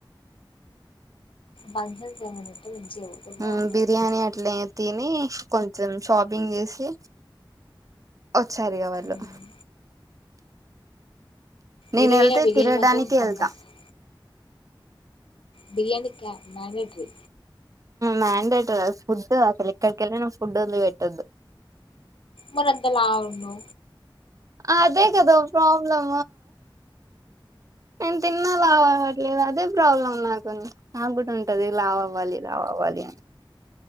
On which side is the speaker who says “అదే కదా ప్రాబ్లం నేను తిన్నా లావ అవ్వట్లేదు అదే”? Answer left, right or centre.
Right